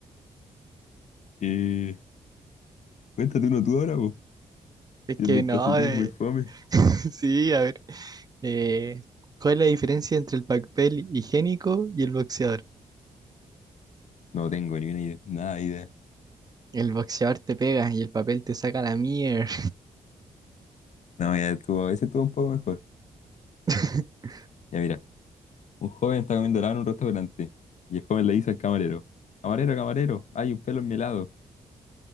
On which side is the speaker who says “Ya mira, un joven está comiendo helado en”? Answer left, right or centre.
Left